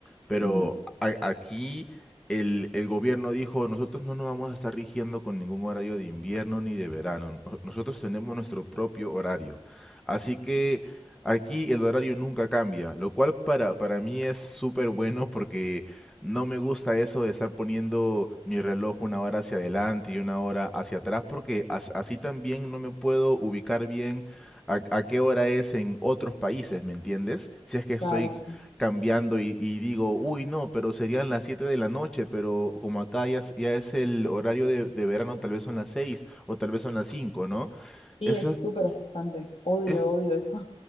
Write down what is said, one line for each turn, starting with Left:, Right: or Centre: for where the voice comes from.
Centre: Pero
Left: ujú,
Centre: a- aquí el, el gobierno dijo, nosotros no nos vamos a estar rigiendo con ningún horario de invierno ni de verano. Nos- Nosotros tenemos nuestro propio horario. Así que aquí el horario nunca cambia, lo cual para, para mí es súper bueno porque no me gusta eso de estar poniendo mi reloj una hora hacia adelante y una hora hacia atrás, porque as- así también no me puedo ubicar bien a, a qué hora es en otros países, ¿me entiendes? Si es que estoy
Left: Claro, sí.
Centre: cambiando y, y digo, uy, no, pero serían las 7 de la noche, pero como acá ya, es ya es el horario de, de verano, tal vez son las 6 o tal vez son las cinco ¿no?
Left: Sí,
Centre: Eso
Left: es súper estresante. Odio,
Centre: es,
Left: odio eso.